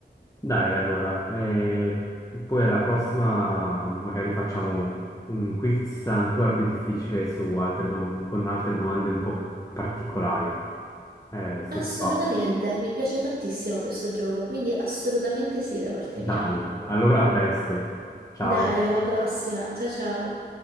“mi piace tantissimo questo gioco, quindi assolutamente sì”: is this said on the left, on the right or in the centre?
Right